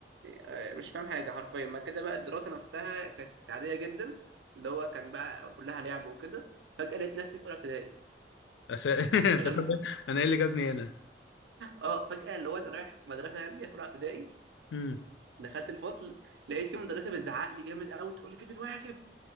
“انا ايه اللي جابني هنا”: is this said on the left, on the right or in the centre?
Left